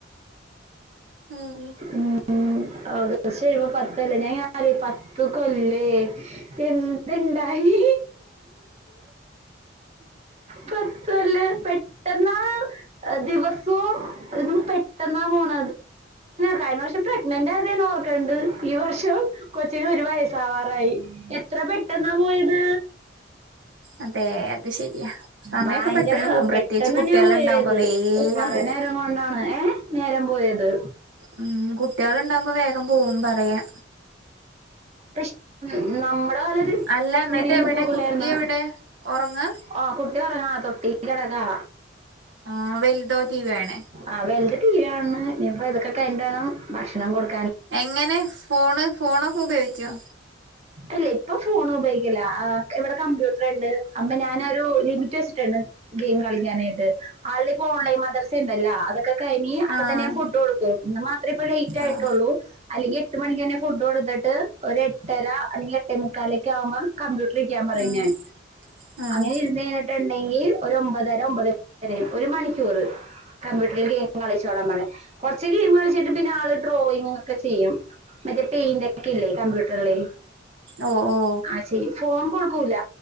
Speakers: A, on the right; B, on the right.
A: ഉം ഉം
B: ഉം ഉം ഓഗസ്റ്റ് വരുമ്പം പത്തല്ലേ ഞാൻ ഞ പത്ത് കൊല്ലേ എ രണ്ടായി പത്ത് കൊല്ലം പെട്ടെന്നാ ദിവസവും എന്ത് പെട്ടെന്നാ പോണ കഴിഞ്ഞ വർഷം പ്രഗ്നന്റ് ആയത് ഞാൻ ഓർക്കണ്ട് ഈ വർഷം കൊച്ചിന് ഒരു വയസാവാറായി എത്ര പെട്ടെന്നാ പോയത്
A: അതെ ശരിയാ സമയൊക്കെ
B: ഭയങ്കര
A: പെട്ടെന്ന് പോകും പ്രത്യേകിച്ച്
B: പെട്ടെന്ന്
A: കുട്ടികളുണ്ടാവുമ്പോ
B: തന്നെയാ പോയത്
A: വേഗം
B: പറഞ്ഞേരം
A: പോവും
B: കൊണ്ടാണ് ഏ നേരം പോയത്
A: ഉം കുട്ടികള് ഉണ്ടാകുമ്പോ വേഗം പോവും പറയാ
B: പക്ഷെ നമ്മുടെ കാലത്ത്
A: അല്ല
B: ഇങ്ങനെയൊന്നും
A: എന്നിട്ട് എവിടെ
B: പോകൂലായിര്ന്ന്
A: കുട്ടി എവിടെ ഒറങ്ങാ
B: ആഹ് കുട്ടി ഉറങ്ങാ തൊട്ടി കിടക്കാ
A: ആഹ് വൽതോ ടി വി കാണേ
B: ആഹ് വൽത് ടി വി കാണാണ് ഇനിയിപ്പം ഇതൊക്കെ കഴിഞ്ഞിട്ട് വേണം ഭക്ഷണം കൊടുക്ക
A: എങ്ങനെ ഫോണ് ഫോണൊക്കെ ഉപയോഗിക്കോ
B: ഇല്ല ഇപ്പൊ ഫോൺ ഉപയോഗിക്കില്ല ഇവിടെ കമ്പ്യൂട്ടർ ഇണ്ട് അപ്പം ഞാനൊരു ലിമിറ്റ് വെച്ചിട്ടുണ്ട് ഗെയിം കളിക്കാനായിട്ട് ആളുടെ ഇപ്പോ ഓൺലൈൻ മദർസ ഉണ്ടല്ലോ അതൊക്കെ കഴ്ഞ്ഞി അപ്പൊ
A: ആഹ്
B: തന്നെ ഞാൻ ഫുഡ് കൊടുക്കും ഇന്ന് മാത്രേ ഇപ്പം ലേറ്റ് ആയിട്ടുള്ളൂ
A: ആഹ്
B: അല്ലെങ്കിൽ എട്ട് മണിക്ക് തന്നെ ഫുഡ് കൊടുത്തിട്ട് ഒരു എട്ടര അല്ലെങ്ക എട്ടെ മുക്കാല് ഒക്കെ ആകുമ്പോ കമ്പ്യൂട്ടർ ഇരിക്കാൻ പറയും
A: ആഹ്
B: ഞാൻ
A: ആഹ്
B: അങ്ങനെ ഇര്ന്നിട്ട് ഇണ്ടെങ്കിൽ ഒരു ഒമ്പതര ഒമ്പ ഒരു മണിക്കൂറ് കമ്പ്യൂട്ടറിൽ ഗെയിം കളിച്ചോളാം പറയും കുറച്ച് ഗെയിം കളിച്ചിട്ട് പിന്നെ ആള് ഡ്രോയിങ്ങ് ഒക്കെ ചെയ്യും മറ്റേ പെയിന്റ ഒക്കെ ഇല്ലേ കമ്പ്യൂട്ടറില്
A: ഓ ഓ
B: അത് ചെയ്യും ഫോൺ കൊടുക്കൂല